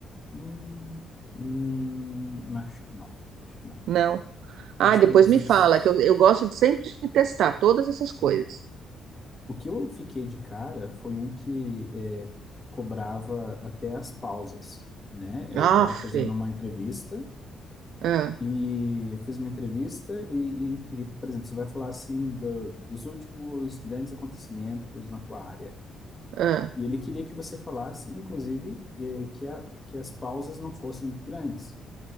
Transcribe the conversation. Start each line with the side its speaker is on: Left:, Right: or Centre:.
Left: Hum, hum, acho que não. Acho que não.
Right: Não. Ah,
Left: Acho
Right: depois
Left: que eu des...
Right: me fala, que eu, eu gosto de sempre de testar todas essas coisas.
Left: O que eu fiquei de cara foi um que é, cobrava até as pausas, né? Eu
Right: Aff.
Left: estava fazendo uma entrevista
Right: Ah,
Left: e fiz uma entrevista e, e- e, por exemplo, você vai falar assim do- dos últimos grandes acontecimentos na tua área.
Right: ah.
Left: E ele queria que você falasse, inclusive, eh, que, a- que as pausas não fossem muito grandes.